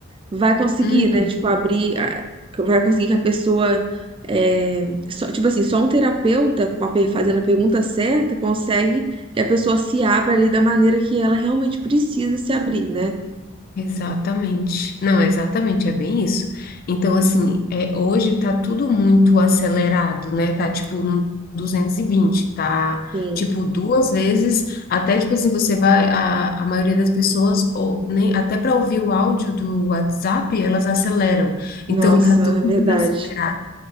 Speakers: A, on the right; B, on the left.
A: vai conseguir,
B: uhum,
A: né? Tipo, abrir, a- vai conseguir que a pessoa, é, só- tipo assim, só um terapeuta com a per- fazendo a pergunta certa consegue que a pessoa se abra ali da maneira que ela realmente precisa se abrir, né?
B: exatamente. Não, exatamente, é bem isso. Então, assim, é, hoje tá tudo muito acelerado, né? Tá tipo no 220, tá
A: Sim,
B: tipo duas vezes. Até tipo assim, você vai. A, a maioria das pessoas, ou nem, até para ouvir o áudio do WhatsApp, elas aceleram.
A: nossa,
B: Então, tá tudo
A: é verdade.
B: muito acelerado.